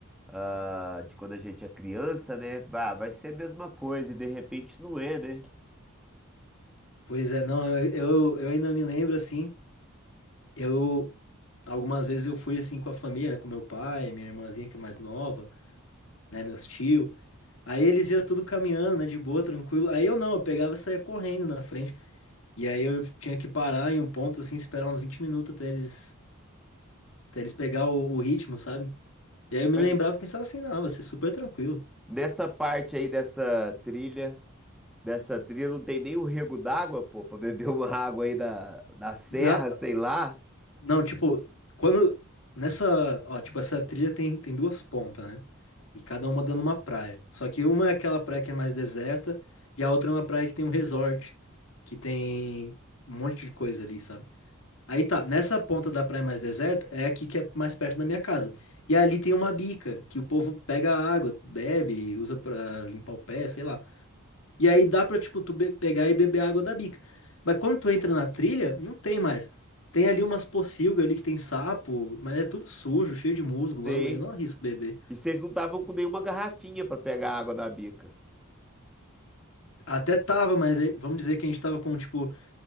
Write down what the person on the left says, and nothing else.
Pois é, não, eu, eu ainda me lembro assim. Eu. Algumas vezes eu fui assim com a família, né? Com meu pai, minha irmãzinha que é mais nova, né? Meus tio. Aí eles iam tudo caminhando, né? De boa, tranquilo. Aí eu não, eu pegava e saía correndo na frente. E aí eu tinha que parar em um ponto, assim, esperar uns 20 minutos até eles, até eles pegar o, o ritmo, sabe? E aí eu me
lembrava e pensava assim, não, vai ser super tranquilo.
Na,
Não, tipo, quando. Nessa. Ó, tipo, essa trilha tem, tem duas pontas, né? E cada uma dando uma praia. Só que uma é aquela praia que é mais deserta, e a outra é uma praia que tem um resort, que tem um monte de coisa ali, sabe? Aí tá, nessa ponta da praia mais deserta é aqui que é mais perto da minha casa. E ali tem uma bica, que o povo pega a água, bebe, usa pra limpar o pé, sei lá. E aí dá pra, tipo, tu be- pegar e beber água da bica. Mas quando tu entra na trilha, não tem mais. Tem ali umas pocilgas ali que tem sapo, mas é tudo sujo, cheio de musgo, lama.
Eu não arrisco beber.
Até tava, mas aí- vamos dizer que a gente tava com, tipo,